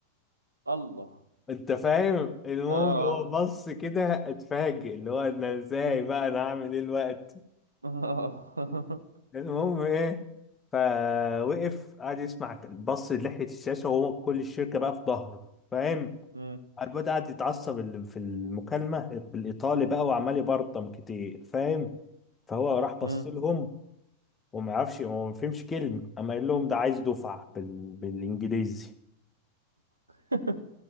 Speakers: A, on the right; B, on the left.
A: الله
B: انت فاهم المهم
A: اه آه.
B: هو بص كده اتفاجئ اللي هو انا ازاي بقى انا هعمل ايه الوقت
A: <laughs>
B: المهم ايه فوقف قعد يسمع بص لحية الشاشة وهو كل الشركة بقى في ظهره فاهم
A: مم.
B: الواد قعد يتعصب ال- في المكالمة بالإيطالي بقى وعمال يبرطم كتير فاهم فهو راح بص
A: مم.
B: لهم وما يعرفش هو ما فهمش كلمة أما قال لهم ده عايز دفعة بال... بالإنجليزي
A: <laughs>